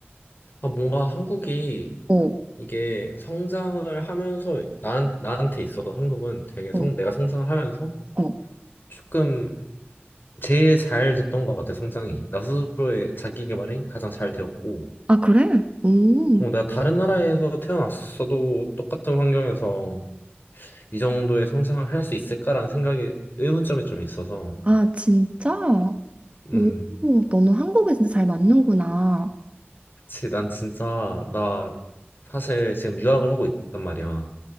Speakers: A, on the left (about 55°); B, on the right (about 30°).
A: 아, 뭔가 한국이
B: 어,
A: 이게 성장을 하면서 난, 나한테 있어서 한국은 되게
B: 어,
A: 성, 내가 성장을 하면서
B: 어.
A: 조금 제일 잘 됐던 것 같아, 성장이. 나 스스로의 자기 개발이 가장 잘 되었고,
B: 아, 그래? 오,
A: 어, 내가 다른 나라에서 태어났어도 똑같은 환경에서 이 정도의 성장을 할 수 있을까라는 생각이 의문점이 좀 있어서,
B: 아, 진짜?
A: 음,
B: 오, 너는 한국에 진짜 잘 맞는구나.
A: 그치, 난 진짜, 나 사실 지금 유학을 하고 있단 말이야.